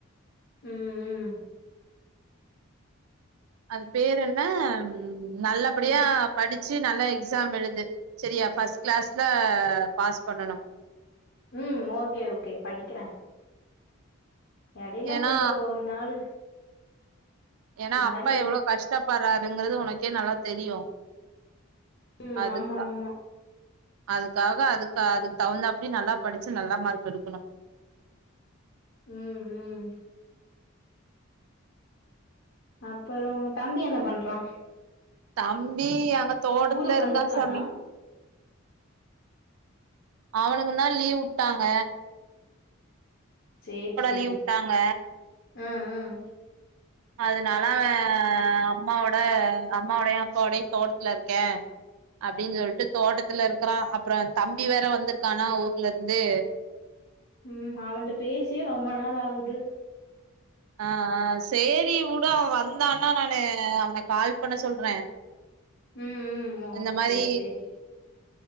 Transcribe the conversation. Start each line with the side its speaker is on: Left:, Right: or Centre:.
Left: ம் ம்
Right: அது பேரு என்ன ம் ம் நல்லபடியா
Left: ம்
Right: படிச்சு நல்லா எக்ஸாம் எழுது செரியா ஃபர்ஸ்ட் க்ளாஸ்ல பாஸ் பண்ணணும்
Left: ம் ஓகே ஓகே படிக்கிறே எடையில
Right: ஏன்னா
Left: கொஞ்சோ ஒரு நாள்
Right: ஏன்னா
Left: அந்த
Right: அப்பா
Left: மாரி
Right: எவ்ளோ கஷ்டப்பட்றாருங்குறது உனக்கே நல்லா தெரியு
Left: ம்
Right: அதுக்தா
Left: ஆமா ஆமா
Right: அதுக்காக அதுக்கு அதுக் தகுந்தாப்படி நல்லா படிச்சு நல்லா மார்க் எடுக்கணும்
Left: ம் ம் அப்பறோ தம்பி என்ன பண்றா
Right: தம்பி அங்க தோட்டத்ல
Left: ஊருக்கு
Right: இருக்கா
Left: வந்திருக்கானா
Right: சாமி அவனுக்குந்தா லீவ் வுட்டாங்க
Left: சேரி சேரி
Right: லீவ் விட்டாங்க
Left: ம் ம்
Right: அதனால அவே அம்மாவோட அம்மாவோடையு அப்பாவோடையு தோட்டத்ல இருக்கே அப்டின் சொல்ட்டு தோட்டத்துல இருக்கறா அப்றோ தம்பி வேற வந்துருக்கானா ஊர்லருந்து
Left: ம் அவன்ட்ட பேசியே ரொம்ப நாள் ஆகுது
Right: ஆ ஆ சேரி வுடு அவே வந்தானா நானு அவன கால் பண்ண சொல்றே
Left: ம் ம் ஓ
Right: இந்த மாரி
Left: சேரி சேரி